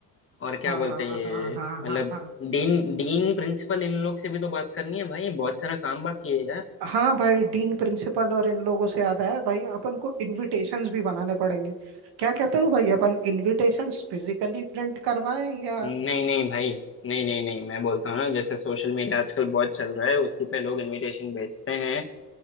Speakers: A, on the left; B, on the right.
A: और क्या
B: हाँ
A: बोलते हैं ये
B: हाँ हाँ
A: मतलब
B: हाँ हाँ
A: डीन डीन प्रिंसिपल इन लोग से भी तो बात करनी है भाई बहुत सारा काम बाकी है यार
B: हाँ भाई डीन प्रिंसिपल और इन लोगों से याद आया भाई अपन को इनविटेशंस भी बनाने पड़ेंगे क्या कहते हो भाई अपन इनविटेशंस फिजिकली प्रिंट करवाएं या
A: नहीं नहीं भाई नहीं नहीं नहीं मैं बोलता हूँ ना जैसे सोशल मीडिया आजकल बहुत चल रहा है उसी पे लोग इनविटेशन भेजते हैं